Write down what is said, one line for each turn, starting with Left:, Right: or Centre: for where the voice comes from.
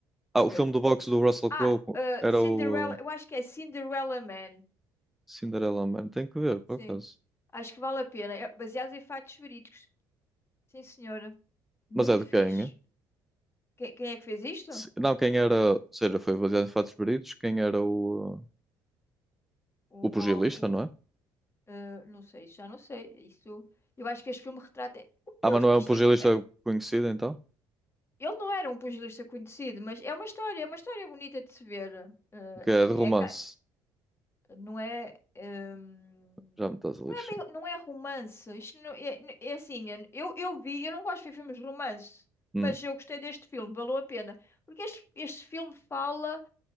Centre: Ah,
Left: O
Centre: o
Left: quê?
Centre: filme do boxe do Russell
Left: Ah,
Centre: Crowe co-
Left: ah,
Centre: era
Left: Cinderella,
Centre: o uh,
Left: eu acho que é Cinderella Man.
Centre: Cinderella Man. Tem que ver, por
Left: Sim.
Centre: acaso.
Left: Acho que vale a pena. É baseado em fatos verídicos. Sim, senhora. Muito
Centre: Mas é de
Left: fixe.
Centre: quem? é?
Left: Quem, quem é que fez isto?
Centre: Se- Não, quem era... Ou seja, foi baseado em fatos verídicos. Quem era o, uh,
Left: O, o,
Centre: o pugilista,
Left: o-
Centre: não é?
Left: ah, não sei, já não sei. Isso, eu acho que este filme retrata.
Centre: Ah,
Left: Eu-
Centre: mas não é
Left: isto
Centre: um pugilista
Left: aqui.
Centre: conhecido, então?
Left: Ele não era um pugilista conhecido, mas é uma história, é uma história bonita de se ver. Eh,
Centre: Que é
Left: é,
Centre: de romance.
Left: é ca- não é, ehm,
Centre: Já me estás a
Left: não
Centre: lixar.
Left: é bem- não é romance. Isto não- é, é assim, eu, eu vi, eu não gosto de ver filmes de romance,
Centre: Hum,
Left: mas eu gostei deste filme, valeu a pena. Porque este, este filme fala,